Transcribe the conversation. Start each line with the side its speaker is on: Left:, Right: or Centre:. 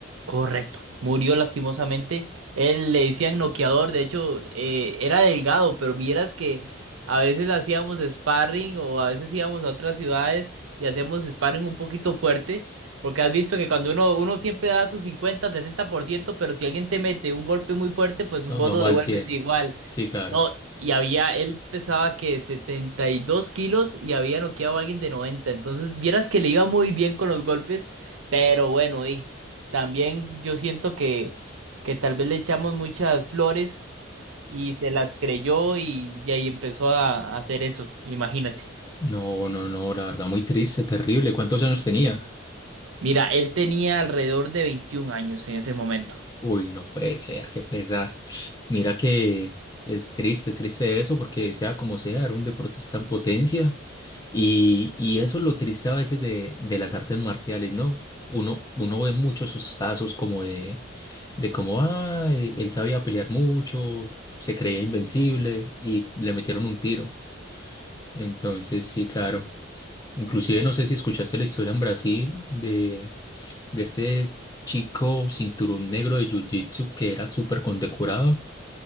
Right: Correcto. Murió lastimosamente. Él le decían noqueador, de hecho, eh, era delgado, pero vieras que a veces hacíamos sparring o a veces íbamos a otras ciudades y hacíamos sparring un poquito fuerte, porque has visto que cuando uno, uno siempre da su cincuenta, sesenta por ciento, pero si alguien te mete un golpe muy fuerte, pues vos
Left: Va- Vamos
Right: lo devuelves
Left: al cien
Right: igual.
Left: Sí, claro.
Right: No, y había, él pesaba que 72 kilos y había noqueado a alguien de 90. Entonces, vieras que le iba muy bien con los golpes, pero bueno, y también yo siento que, que tal vez le echamos muchas flores y se las creyó y, y ahí empezó a, a hacer eso, imagínate.
Left: No, no, no, la verdad, muy triste, terrible. ¿Cuántos años tenía?
Right: Mira, él tenía alrededor de 21 años en ese momento.
Left: Uy, no puede ser, qué pesar. Mira que es triste, es triste eso, porque sea como sea, era un deportista en potencia. Y, y eso es lo triste a veces de, de las artes marciales, ¿no? Uno, uno ve muchos esos casos como de, de cómo, ah, e- él sabía pelear mucho, se creía invencible y le metieron un tiro. Entonces, sí, claro. Inclusive no sé si escuchaste la historia en Brasil de de este chico cinturón negro de Jiu-Jitsu que era súper condecorado